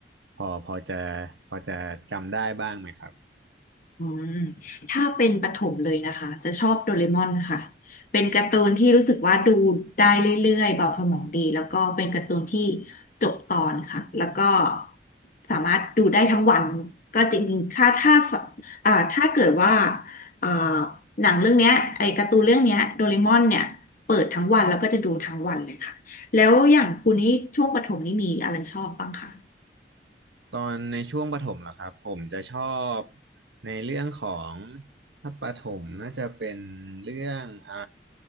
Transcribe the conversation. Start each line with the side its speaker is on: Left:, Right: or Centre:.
Right: พอพอจะพอจะจำได้บ้างไหมครับ
Left: อืมถ้าเป็นประถมเลยนะคะจะชอบโดเรมอนค่ะ เป็นการ์ตูนที่รู้สึกว่าดูได้เรื่อยๆเบาสมองดี แล้วก็เป็นการ์ตูนที่จบตอนค่ะแล้วก็สามารถดูได้ทั้งวันก็จริงๆค่ะถ้าอ่าถ้าเกิดว่าอ่าหนังเรื่องเนี้ยไอ้การ์ตูนเรื่องเนี้ยโดเรมอนเนี่ยเปิดทั้งวันแล้วก็จะดูทั้งวันเลยค่ะแล้วอย่างคุณนี่ช่วงประถมนี่มีอะไรชอบบ้างคะ
Right: ตอนในช่วงประถมเหรอครับผมจะชอบในเรื่องของถ้าประถมน่าจะเป็นเรื่องอ่า